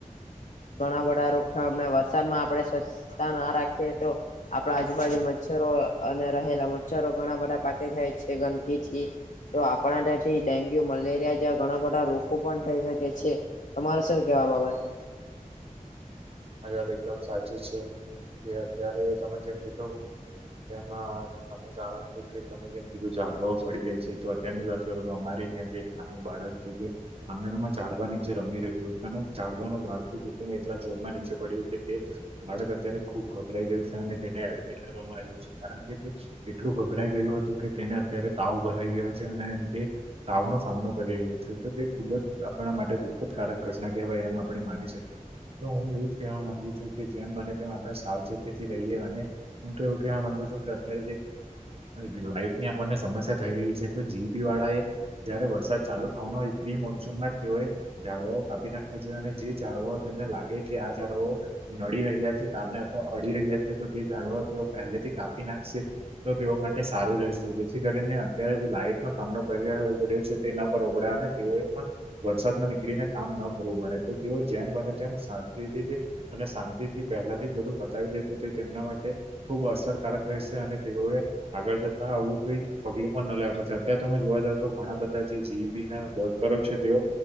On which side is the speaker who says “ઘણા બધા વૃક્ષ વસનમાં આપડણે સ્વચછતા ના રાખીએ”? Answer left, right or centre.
Left